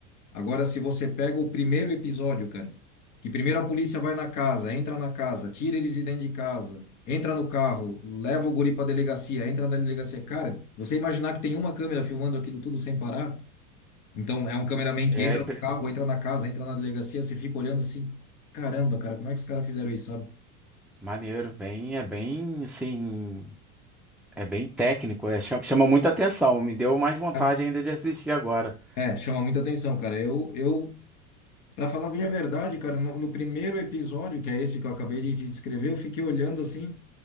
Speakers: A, on the left; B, in the centre.
A: Agora, se você pega o primeiro episódio, cara, que primeiro a polícia vai na casa, entra na casa, tira eles de dentro de casa, entra no carro, leva o guri pra delegacia, entra na delegacia. Cara, você imaginar que tem uma câmera filmando aquilo tudo sem parar? Então, é um cameraman que
B: É
A: entra
B: impre-
A: no carro, entra na casa, entra na delegacia, você fica olhando assim, caramba, cara, como é que os caras fizeram isso, sabe?
B: maneiro, bem, é bem, assim, é bem técnico, é, chama, chama muita atenção. Me deu mais vontade
A: Ah,
B: ainda de assistir agora.
A: É, chama muita atenção, cara. Eu, eu, para falar bem a verdade, cara, no, no primeiro episódio, que é esse que eu acabei de te descrever, eu fiquei olhando assim.